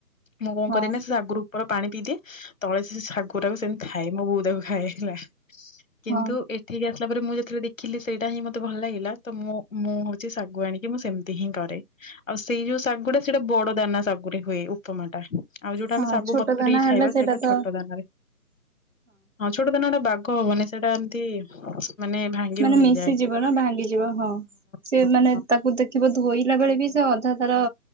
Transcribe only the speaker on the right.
ହଁ
ହଁ
ହଁ
ଛୋଟ
ଦାନା ହେଲେ
ସେଇଟା
ତ
ମାନେ
ମିଶିଯିବ
ନା ଭାଙ୍ଗିଯିବ ହଁ। ସିଏ
ମାନେ
ତାକୁ ଦେଖ ଖିବ ଧୋଇଲା ବେଳେ ବି ସେ ଅଧା ତାର